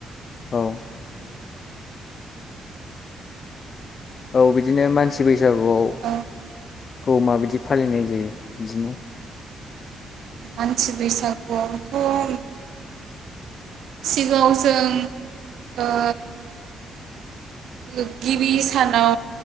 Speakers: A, on the left; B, on the right.
A: औ औ बिदिनो मानसि बै बैसागोआव
B: औ
A: खौ माबायदि फालिनाय जायो बिदिनो
B: मानसि बैसागुआवथ सिगाङाव जों ओ गिबि सानाव